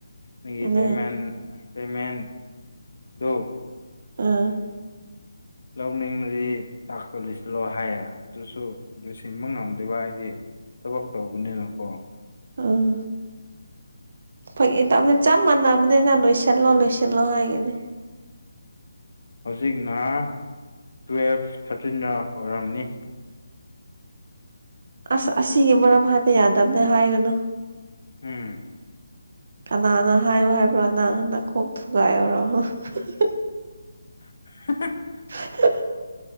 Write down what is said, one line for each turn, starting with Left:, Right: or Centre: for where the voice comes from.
Left: ꯅꯪꯒꯤ
Right: ꯎꯝ
Left: ꯄꯦꯃꯦꯟ ꯄꯦꯃꯦꯟꯗꯣ
Right: ꯑꯥ
Left: ꯂꯧꯅꯤꯡꯂꯗꯤ ꯇꯥꯛꯁꯇꯣ ꯂꯣꯢꯁꯤꯜꯂꯣ ꯍꯥꯏꯌꯦ ꯑꯗꯨꯁꯨ ꯂꯣꯢꯁꯤꯟꯕ ꯉꯝꯗꯕ ꯍꯥꯏꯗꯤ ꯊꯕꯛ ꯇꯧꯕꯅꯤꯅꯀꯣ
Right: ꯎꯝ ꯐꯩꯒꯤ ꯇꯧꯕꯅ ꯆꯞ ꯃꯥꯟꯅ ꯕꯅꯦꯅ ꯂꯣꯏꯁꯤꯜꯂꯣ ꯂꯣꯏꯁꯤꯜꯂꯣ ꯍꯥꯏꯒꯅꯤ
Left: ꯍꯧꯖꯤꯛꯅ ꯇꯨꯋꯦꯜꯐ ꯊꯥꯔꯇꯤꯟꯔ ꯑꯣꯏꯔꯝꯅꯤ
Right: ꯑꯁ ꯑꯁꯤꯒꯤ ꯃꯔꯝ ꯍꯥꯢꯕ ꯌꯥꯗꯕꯅꯦ ꯍꯥꯏꯒꯅꯨ
Left: ꯎꯝ
Right: ꯀꯅꯥꯅ ꯍꯥꯏꯌꯣ ꯍꯥꯏꯕ꯭ꯔꯣ ꯅꯪ ꯅꯀꯣꯛ ꯊꯨꯒꯥꯏꯌꯣꯔꯣ ꯍꯥꯍꯥꯍꯥ
Left: ꯍꯥꯍꯥ
Right: ꯍꯥ